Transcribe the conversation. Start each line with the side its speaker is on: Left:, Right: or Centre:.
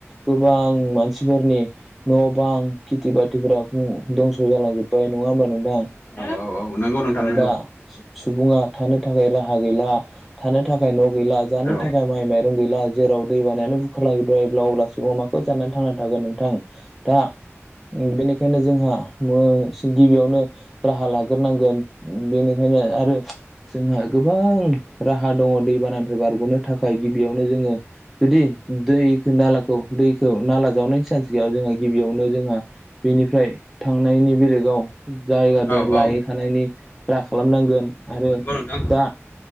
Centre: गोबां मानसिफोरनि न' बां खिथि बाथि दंस' जालांजोब्बाय नङा होमबा नोंथां
Left: औ औ औ नंगौ नोंथां नंगौ
Centre: दा सुबुङा थानो थाखाय राहा गैला थानो थाखाय न' गैला जानो
Left: औ
Centre: थाखाय माइ माइरं गैला जेराव दै बानायानो बुख खालामायोब्ला अब्ला सुबुंङा माखौ जानानानै थांना थागोन नोंथां दा बेनिखायनो जोंहा गिबियावनो राहा लाग्रोनांगोन बेनिखायनो आरो जोंहा गोबां राहा दङ दैबानानिफ्राय बारग'नो थाखाय गिबियावनो जोङो जुदि दैखौ नालाखौ दैखौ नाला जावनायनि सिगां सिगां गैया जोंहा गिबियावनो जोंहा बेनिफ्राय थांनायनि बेलेगाव जायगा
Left: औ
Centre: लायहैखानायनि
Left: औ
Centre: राखा खालामनांगोन आरो
Left: नंगौ नोंथां
Centre: दा